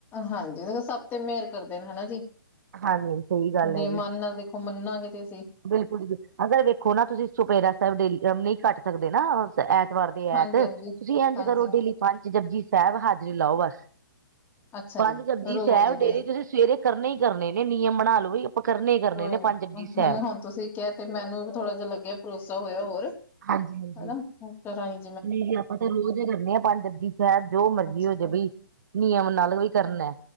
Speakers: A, on the left (about 20°); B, on the right (about 55°).
A: ਹਾਂਜੀ, ਉਹ ਸੱਭ ਤੇ ਮੇਹਰ ਕਰਦੇ ਨੇ ਹੈਨਾ ਜੀ
B: ਹਾਂਜੀ ਸਹੀ ਗੱਲ
A: ਜੇ
B: ਹੈ ਜੀ
A: ਮਨ ਨਾਲ ਦੇਖੋ ਮੰਨਾਗੇ ਤੇ ਅਸੀਂ
B: ਬਿਲਕੁਲ ਜੀ, ਅਗਰ ਵੇਖੋ ਨਾ ਤੁਸੀਂ ਸੁਪੇਰਾ ਸਾਹਿਬ ਡੇਲੀ ਨਹੀਂ ਕੱਟ ਸਕਦੇ ਨਾ ਐਤਵਾਰ ਦੇ
A: ਹਾਂਜੀ
B: ਐਤ ਤੁਸੀਂ
A: ਹਾਂਜੀ
B: ਏੰਝ
A: ਹਾਂਜੀ
B: ਕਰੋ ਡੇਲੀ ਪੰਚ ਜਪੁਜੀ ਸੈਬ ਹਾਜ਼ਰੀ ਲਾਓ ਬਸ
A: ਅੱਛਾ
B: ਪੰਜ
A: ਜੀ
B: ਜਪੁਜੀ
A: ਰੋਜ਼
B: ਸਹਿਬ
A: ਦੇ
B: ਡੇਲੀ ਤੁਸੀਂ ਸਵੇਰੇ ਕਰਨੇ ਹੀ ਕਰਨੇ ਨੇ ਨਿਯਮ ਬਣਾ ਲਓ ਵੀ ਕਰਨੇ ਹੀ ਕਰਨੇ
A: ਕੋਈ
B: ਨੇ
A: ਨੀ
B: ਪੰਜ ਜੁਪਜੀ ਸੇਹਬ
A: ਹੁਣ ਤੁਸੀਂ ਤੇ ਮੈਨੂੰ ਥੋੜਾ ਜੇਆ ਲੱਗਿਆ ਭਰੋਸਾ ਹੋਇਆ ਹੋਰ ਹਨਾ
B: ਹਾਂਜੀ ਹਾਂਜੀ
A: ਹੁਣ ਕਰਾਗੀ।
B: ਨਹੀਂ ਜੀ ਆਪਾਂ ਤੇ ਰੋਜ਼ ਕਰਦੇ ਆ ਪੰਜ ਜਪੁਜੀ ਸਾਹਿਬ ਜੋ ਮਰਜ਼ੀ
A: ਅੱਛਾ
B: ਹੋ ਜਾਏ ਬਈ ਨਿਯਮ ਨਾਲ ਵੀ ਕਰਨੇ